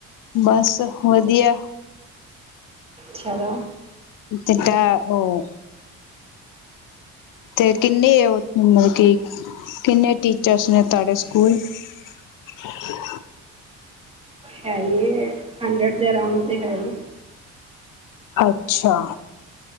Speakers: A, on the left; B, on the right.
A: ਬਸ ਵਧੀਆ।
B: ਚਲੈ।
A: ਜਿਦਾ ਉਹ ਤੇ ਕਿੰਨੇ ਉਹ ਮਤਲਬ ਕਿ, ਕਿੰਨੇ ਟੀਚਰਸ ਨੇ ਤੁਹਾਡੇ ਸਕੂਲ? <inaudible>
B: ਹੈਗੇ ਨੇ, ਹੰਡਰਡ ਦੇ ਅਰਾਂਓਡ ਤੇ ਹੈ ਹੀ।
A: ਅੱਛਾ